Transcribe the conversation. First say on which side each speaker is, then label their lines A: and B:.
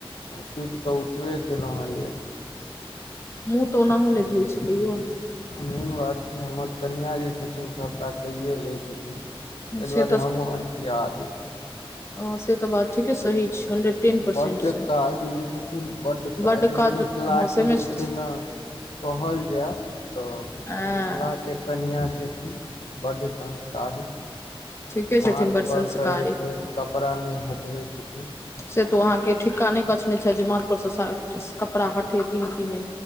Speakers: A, on the left; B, on the left.
A: सीतकेऽ उठबे केलहुँ हैं लेट
B: मुँह त ओनाहु ने धोइ छै कहियौ
A: मेन बात छै हमर कनिआँ जे छथिन सभटा कैए लैत छथिन तहि दुआरे
B: से
A: हमहुँ अनठिया दाए छी
B: ओ से तऽ बात ठीके सही छै हंड्रेड टेन परसेंट
A: बड
B: सही
A: काजुल छथिन बड काजुल
B: बड्ड काज
A: मिथिलाके
B: हँ सेमे
A: जे
B: छथि
A: छै ने कहल जाय त
B: ऐं
A: मिथिला के कनआ छथिन बड संस्कारी
B: ठीके छथिन
A: मथ
B: बड्ड संस्कारी
A: पर से एक बेर कपड़ा न हटबय छथि
B: से तो अहा के ठिका ने कछने छै जे माथ पर से सा कपड़ा ह उठेथीन कि नै